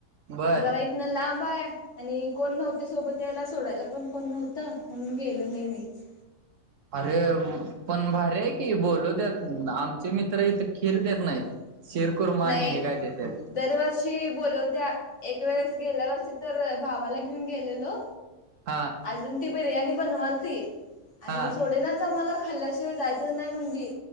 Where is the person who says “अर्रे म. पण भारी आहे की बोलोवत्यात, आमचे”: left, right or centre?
Right